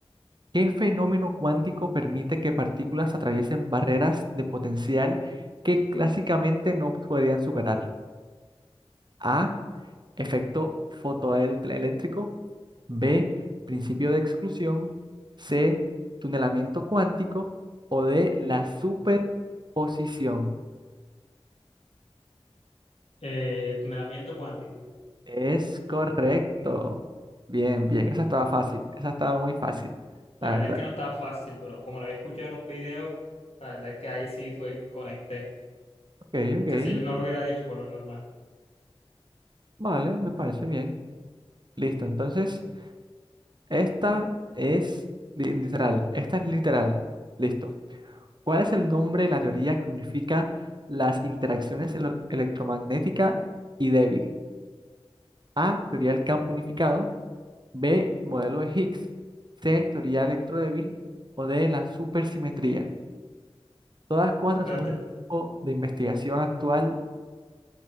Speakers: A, on the right; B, on the left.
A: ¿Qué fenómeno cuántico permite que partículas atraviesen barreras de potencial que clásicamente no podrían superar? A. Efecto fotoeléctrico. B. Principio de exclusión. C. Tunelamiento cuántico. O D. La superposición.
B: Eh, tunelamiento cuántico.
A: Es correcto. Bien, bien. Esa estaba fácil. Esa estaba muy fácil. La
B: La verdad
A: verdad.
B: es que no estaba fácil, pero como lo había escuchado en un video, la verdad es que ahí sí fue que conecté.
A: Ok, ok.
B: Casi no lo hubiera dicho por lo normal.
A: Vale, me parece bien. Listo. Entonces. Esta es li- literal, esta es literal. Listo. ¿Cuál es el nombre de la teoría que unifica las interacciones elo- electromagnética y débil? A, teoría del campo unificado, B, modelo de Higgs, C, teoría electrodébil o D, la supersimetría. Todas cuatro
B: La
A: son un
B: te-
A: poco de investigación actual